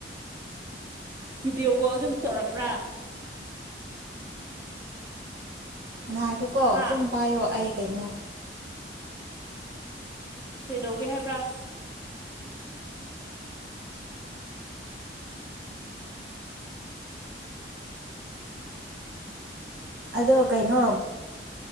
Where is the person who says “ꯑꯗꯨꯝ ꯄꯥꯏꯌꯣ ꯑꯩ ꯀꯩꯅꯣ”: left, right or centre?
Right